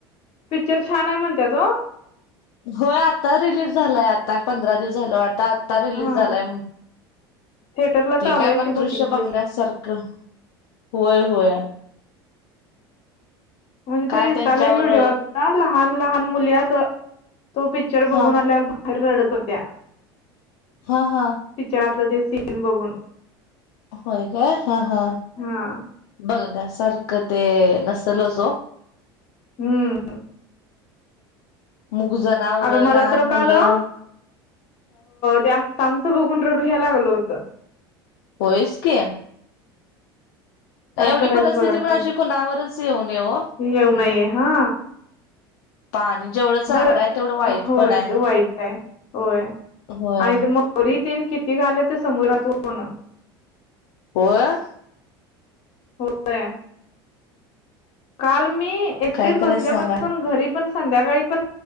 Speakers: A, on the left (about 50°); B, on the left (about 70°).
A: पिक्चर छान आहे म्हणत्यात हो.
B: होय आता रिलीज झालंय आता पंधरा दिवस झालं वाटत आता. ता रिलीज
A: हा
B: झालाय
A: थिएटरला
B: ते
A: चालू
B: काय
A: आहे
B: पण
A: की
B: दृश्य
A: बुकिंग
B: बघण्यासारखं.
A: त्याच
B: क होय होय,
A: म्हणजे
B: काय
A: तो इनस्टाला
B: त्यांच्यावर
A: एक व्हिडिओ असता लहान लहान मुली अस तो पिक्चर
B: हा
A: बघून आल्यावर. रडत होत्या.
B: हा हा
A: पिक्चरातलं ते सीन बघून,
B: होय काय हा हा
A: हा
B: बघण्यासारखं ते नसलच ओ.
A: हम्म
B: मुग जनावर
A: आता मला
B: लहान
A: तर
B: मुलं
A: काल अ त्या <unintelligible> बघून रढू यायला लागल होतं.
B: होयच की,
A: काय
B: एवढी
A: करायचं
B: परिस्थिती
A: बघा
B: पण
A: की
B: अशी कुणावरच येऊ नये ओ.
A: येऊ नये हा.
B: पाणी जेवढं चांगलं
A: बर
B: आहे तेवढं वाईट
A: होय
B: पण आहे
A: ते वाईट आहे होय
B: हो.
A: आणि ते मगरी ते येन किती <unintelligible>
B: होय.
A: होय. काल मी एसटीच
B: काय करायच
A: बसल्यापासून
B: सांगा
A: घरी पण संध्याकाळी पण